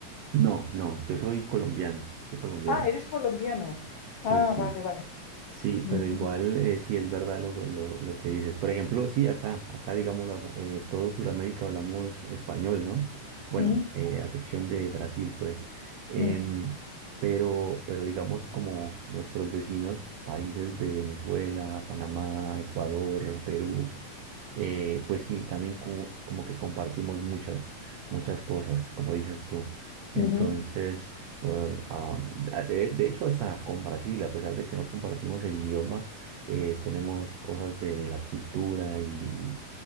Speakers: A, on the right (about 85°); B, on the left (about 80°).
A: No, no, yo soy colombiano, soy colombiano.
B: Ah, eres colombiano.
A: Sí,
B: Ah,
A: sí,
B: vale, vale.
A: sí, pero
B: Ujú,
A: igual eh, sí es verdad lo, lo, lo que dices. Por ejemplo, sí, acá, acá digámoslo, acá, eh, todo Sudamérica hablamos español, ¿no? Bueno,
B: ujú,
A: eh, a excepción de Brasil, pues. Em,
B: ujú,
A: pero, pero digamos como nuestros vecinos, países de Venezuela, Panamá, Ecuador, Perú eh, pues sí, también co- como que compartimos muchas, muchas cosas, como dices tú. Entonces,
B: ujú.
A: bueno, ah, a- de, de hecho, hasta con Brasil, a pesar de que no compartimos el idioma, eh, tenemos cosas de la cultura y,